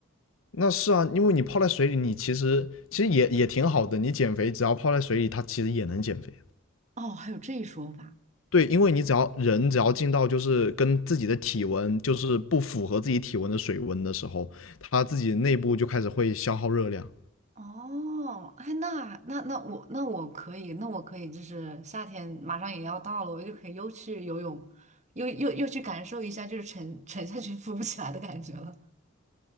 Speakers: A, on the left; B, on the right.
A: 那是啊，因为你泡在水里，你其实其实也也挺好的。你减肥，只要泡在水里，它其实也能减肥。
B: 哦，还有这一说法。
A: 对，因为你只要人只要进到就是跟自己的体温就是不符合自己体温的水温的时候，他自己内部就开始会消耗热量，
B: 哦，哎，那那那我那我可以，那我可以，就是夏天马上也要到了，我就可以又去游泳，又又又去感受一下，就是沉沉下去浮不起来的感觉了。